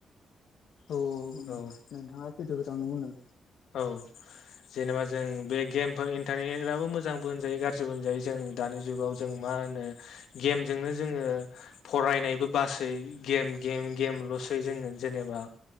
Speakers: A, on the left; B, on the left.
A: औ नोंथाङा
B: औ
A: <unintelligible> थांदोंमोन आ
B: औ जेनेबा जों बे गेम इन्टारनेटाबो मोजांबो होनजायो गाज्रिबो होनजायो जों दानि जुगाव जों मा मा होनो गेमजोंनो जोङो फरायनायबो बासै गेम गेम गेमल' सै जोङो जेनेबा